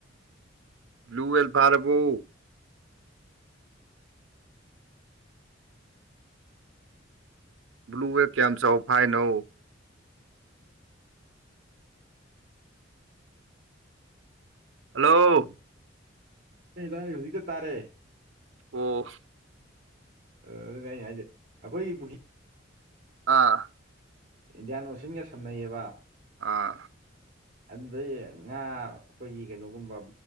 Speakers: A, on the right; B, on the right.
A: ꯕ꯭ꯂꯨꯋꯦꯜ ꯐꯔꯕꯨꯣ ꯕ꯭ꯂꯨ ꯋꯦ ꯀꯌꯥꯝ ꯆꯥꯎꯕ ꯐꯥꯏꯅꯣ ꯍꯜꯂꯣ
B: ꯑꯩ ꯇ ꯑꯩ ꯍꯧꯖꯤꯛꯇ ꯇꯥꯔꯦ
A: ꯑꯣ
B: ꯑꯗꯨꯅꯦ ꯑꯩꯅ ꯍꯥꯏꯖꯩ ꯑꯩꯈꯣꯏ ꯄꯨ
A: ꯑꯥ
B: ꯏꯟꯗꯤꯌꯥꯟ ꯑꯣꯁꯟꯒ ꯁꯝꯅꯩꯌꯦꯕ
A: ꯑꯥ
B: ꯑꯗꯨꯗꯩ ꯉꯥ ꯑꯩꯈꯣꯏꯒꯤ ꯀꯩꯅꯣꯒꯨꯝꯕ